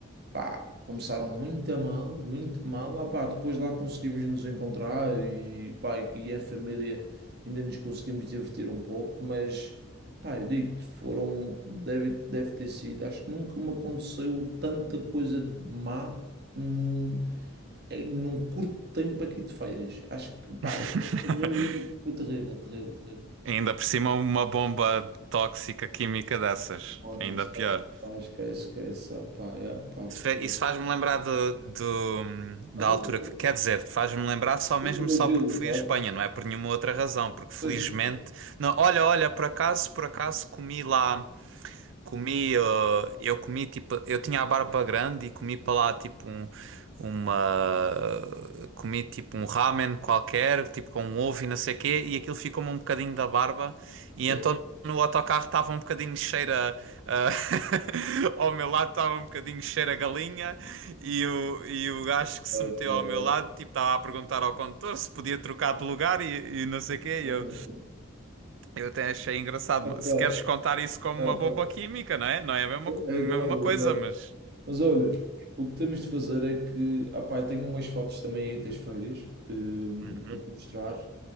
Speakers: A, on the right; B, on the right.
A: pá, começaram muito a mal, muito a mal. Ah, pá, depois lá conseguimos nos encontrar e, pá, e que em família ainda nos conseguimos divertir um pouco, mas, pá, eu digo-te, foram, deve, deve ter sido, acho que nunca me aconteceu tanta coisa de má. hum, em- Num curto tempo aqui de férias, acho que, pá,
B: <laughs>
A: a minha família foi terrível, terrível, terrível.
B: Ainda por cima, uma bomba tóxica química dessas.
A: Ó, aniversário,
B: Ainda pior.
A: pá, esquece, esquece, ah, pá, é, pá,
B: Isso
A: foda
B: fe- isso faz-me lembrar do, do- da
A: Mas a
B: altura
A: culpa,
B: que.
A: a
B: Quer dizer, faz-me lembrar só mesmo
A: culpa da
B: só
A: Júlia,
B: porque fui
A: sabe?
B: à Espanha, não é por nenhuma outra razão. Porque felizmente.
A: Pois,
B: Não, olha, olha, por acaso, por acaso comi lá. Comi, uh, eu comi tipo, eu tinha a barba grande e comi para lá tipo um, uma, comi tipo um ramen qualquer, tipo com um ovo e não sei o quê, e aquilo ficou-me um bocadinho da barba,
A: <laughs>
B: e então no autocarro estava um bocadinho cheiro a, a- <laughs> ao meu lado estava um bocadinho cheiro a galinha, e o, e o gajo que se
A: Ah,
B: meteu
A: caralho.
B: ao meu lado, tipo, estava a perguntar ao condutor se podia trocar de lugar e, e não sei o quê,
A: <laughs>
B: eu até achei engraçado. mas
A: Epá,
B: Se queres contar isso como uma
A: epá.
B: bomba química, não é? Não é a mesma, co-
A: É
B: mesma
A: igual,
B: coisa,
A: é igual.
B: mas.
A: Mas olha, o que temos de fazer é que, ah pá, eu tenho umas fotos também aí das feiras, eh,
B: Uhum.
A: para te mostrar.